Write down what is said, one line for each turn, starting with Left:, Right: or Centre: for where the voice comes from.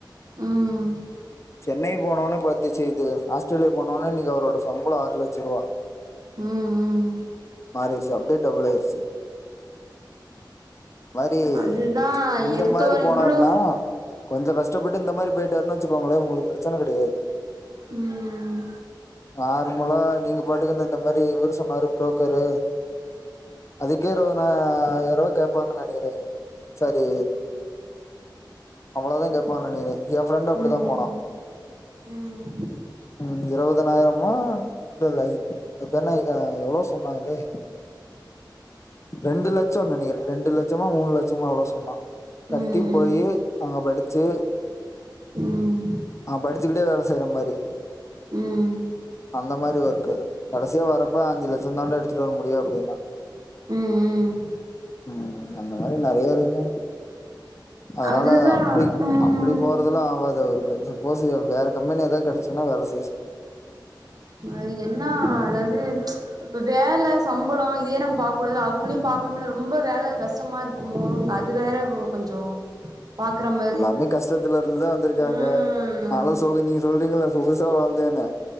Right: ம்
Left: சென்னை போனோன பாத்து ச்சீ இது ஆஸ்த்ரேலியா போனோனே இன்னக்கி அவரோட சம்பளோ ஆறு லட்சருவா
Right: ம்‌ ம்
Left: மாறிருச்சு அப்டே டபுள்லாய்ருச்சு மாரி
Right: அதுதா
Left: இந்த
Right: எடுத்தோர்
Left: மாரி போனாருனா
Right: இவ்ளோ
Left: கொஞ்சோ கஷ்டப்பட்டு இந்த மாரி போய்ட்டாருன் வச்சுக்கோங்ளே உங்களுக்கு பிரச்சன கெடயாது
Right: ம்
Left: நார்மலா நீங்க பாட்டுக்கு இந்தந்த மாரி இவுரு சொன்னாரு ப்ரோ க்கரு அதுக்கே இருவதுனா அய்யாயருவா கேப்பாங்கன் நெனைக்கிறே சரி அவ்ளோதா கேப்பாங்கன் நெனைக்கிறே எ ஃப்ரெண்ட்டு அப்டிதா
Right: ம்
Left: போனா
Right: ம்
Left: ம் இருவதனாய்ரமோ இல்லெல்ல இதன ஆ எவ்ளோ சொன்னாங்களே ரெண்டு லட்சோன் நெனைக்கிறே ரெண்டு லட்சமா மூனு லட்சமா எவ்ளோ சொன்னா கட்டி
Right: ம்
Left: போயி அங்க படிச்சு
Right: ம்
Left: அங்க படிச்சுக்கிட்டே வேல செய்றமாரி
Right: ம்
Left: அந்த மாரி ஒர்க்கு கடைசியா வரப்ப அஞ்சு லட்சோ தான்டா எடுத்துட்டு வர முடியு அப்டின்னா
Right: ம் ம்
Left: ம் அந்த மாரி நறைய இருக்குங்க அதனால
Right: அதுதா
Left: அப்டி
Right: ம்
Left: அப்டி போறதுலா ஆவாது அவ்ருக்கு சப்போஸ் இவருக் வேற கம்பெனி எதா கெடச்சுன்னா வேல செய்ய சொல்லுங்
Right: அது என்னா அதாவ்து இப்ப வேல சம்பளோ இதே நம்ம பாக்கூடாது அவுங்களையு பாக்கனும்ல ரொம்ப வேல கஷ்டமாரு க்குமோன் அது வேற கொஞ்சோ பாக்ற மா
Left: எல்லாமே கஷ்டத்துலருந்துதா வந்திருக்காங்க
Right: ம்
Left: நாலா சொகு நீங்க சொல்றீங்கள சொகுசா வாழ்ந்தேனு